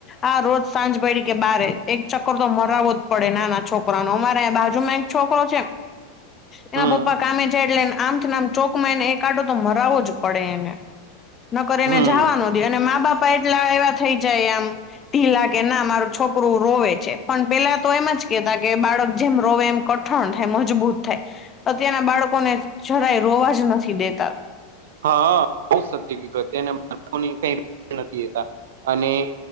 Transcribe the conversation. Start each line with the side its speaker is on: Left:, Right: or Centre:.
Left: આ રોજ સાંજ પડી કે બારે એક ચક્કર તો મરાવો જ પડે નાના છોકરા નો અમારે આયા બાજુમાંય છોકરો છે એના
Right: હમ
Left: પપ્પા અમે જાઈ એટલે એન આમ થી ન આમ ચોક માં એને એક આંટો તો મરાવો જ પડે એને. નકર એને
Right: હમ
Left: જાવા નો દે અને મા બાપા એટલા એવા થઈ જાય આમ. ઢીલા કે ના મારું છોકરું રોવે છે પણ પેલા તો એમ જ કેતા કે બાળક જેમ રોવે એમ કઠણ થાય મજબૂત થાય અત્યારના બાળકોને જરાય રોવા જ નથી દેતા.
Right: હા બહું સત્ય કીધું અત્યારના બાળકોને કંઈ <unintelligible> લેતા અને